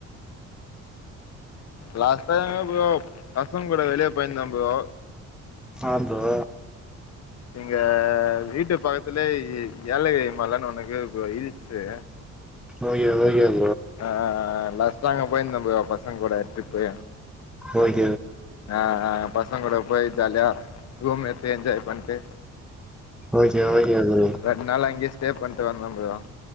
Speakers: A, on the left; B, in the centre.
A: லாஸ்ட்டு எங்க ஃப்ரோ பசங்க கூட வெளிய போயிருந்தம் ஃப்ரோ
B: ஆம் ஃப்ரோ
A: எங்க வீட்டு பக்கத்துலயே ஏலகிரி மலன் ஒனக்கு இருக்கு ஃப்ரோ ஹில்ஸ்சு
B: ஓகே ஓகே ஃப்
A: ஆ லாஸ் ட்டா நாங்க போயிருந்தோம் ஃப்ரோ பசங்க கூட ட்ரிப்பு
B: ஓய்
A: நா பசங் கூட போய் ஜாலியா ரூம் எடுத்து என்ஜாய் பண்ட்டு
B: ஓகே ஓகே ப்ரோ
A: ரெண்டு நாள் அங்கயேஸ் ஸ்டே பண்ணிட்டு வந்தோம் ஃப்ரோ